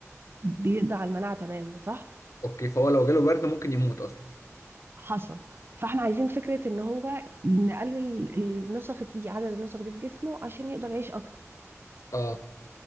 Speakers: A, on the right; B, on the left.
A: بيقضي على المناعة تماما صح
B: اوكي فهو لو جاله برد ممكن يموت اصلا
A: حصل فاحنا عايزين فكرة ان هو نقلل النسخ دي عدد النسخ دي في جسمه عشان يقدر يعيش اكتر
B: اه